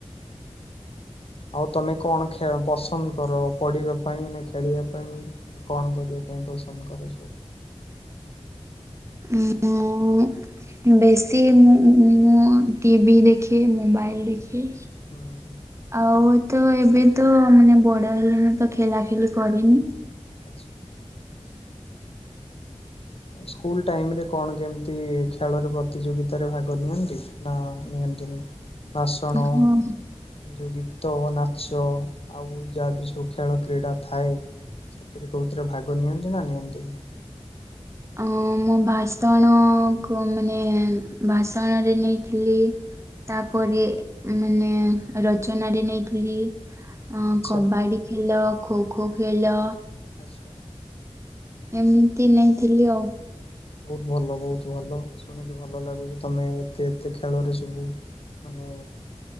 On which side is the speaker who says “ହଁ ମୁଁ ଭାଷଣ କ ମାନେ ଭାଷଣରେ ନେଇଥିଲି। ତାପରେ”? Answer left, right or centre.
Right